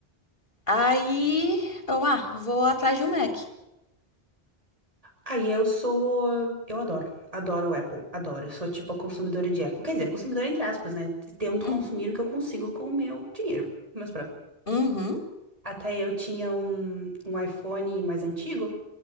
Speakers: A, on the left; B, on the right.
A: Aí eu, ah, vou atrás de um Mac.
B: Aí eu sou. Eu adoro. Adoro o Apple. Adoro. Eu sou tipo a consumidora de Apple. Quer dizer, consumidora entre aspas, né? Tento consumir
A: Uhum.
B: o que eu consigo com o meu dinheiro. Mas pronto.
A: Uhum. <laughs>
B: Até eu tinha um, um iPhone mais antigo